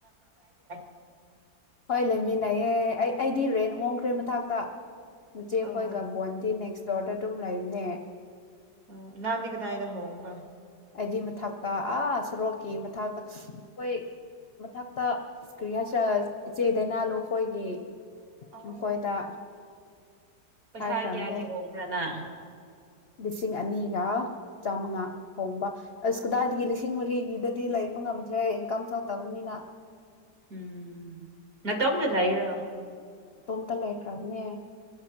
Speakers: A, on the right; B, on the left.
A: <unintelligible>
B: ꯍꯣꯏ ꯂꯩꯃꯤꯟꯅꯩꯌꯦ ꯑꯩ ꯑꯩꯗꯤ ꯔꯦꯟ ꯍꯣꯡꯈ꯭ꯔꯦ ꯃꯊꯥꯛꯇ꯫ ꯅꯆꯦꯈꯣꯏꯒ
A: ꯑꯣ
B: ꯕꯣꯟꯗꯤ ꯅꯦꯛꯁ ꯗꯣꯔꯗ ꯑꯗꯨꯝ ꯂꯩꯕꯅꯦ꯫
A: ꯑꯣ ꯅꯪꯗꯤ ꯀꯗꯥꯏꯗ ꯍꯣꯡꯕ꯫
B: ꯑꯩꯗꯤ ꯃꯊꯛꯇ ꯑꯥ ꯁꯣꯔꯣꯛꯀꯤ ꯃꯊꯛꯇ ꯈꯣꯏ ꯃꯊꯛꯇ ꯑꯁ ꯀ꯭ꯔꯤ ꯍꯥꯏꯁꯤꯔꯥ ꯏꯆꯦ ꯗꯥꯏꯅꯥ ꯂꯨꯈꯣꯏꯒꯤ
A: ꯑꯧ
B: ꯃꯈꯣꯏꯗ꯫
A: ꯄꯩꯁꯥ
B: ꯍꯥꯏꯈ꯭ꯔꯝꯅꯦ
A: ꯀꯌꯥꯒꯤ ꯍꯣꯡꯕ꯭ꯔꯥ ꯅꯪ
B: ꯂꯤꯁꯤꯡ ꯑꯅꯤꯒꯥ ꯆꯥꯃꯉꯥ ꯍꯣꯡꯕ꯫ ꯑꯁ ꯀꯗꯥꯏꯗꯒꯤ ꯂꯤꯁꯤꯡ ꯃꯔꯤꯒꯤꯗꯗꯤ ꯂꯩꯕ ꯉꯝꯗ꯭ꯔꯦ ꯏꯟꯀꯝ ꯊꯣꯛꯇꯕꯅꯤꯅ꯫
A: ꯎꯝ ꯅꯇꯣꯝꯗ ꯂꯩꯏꯔꯣ꯫
B: ꯏꯇꯣꯝꯇ ꯂꯩꯈ꯭ꯔꯕꯅꯦ꯫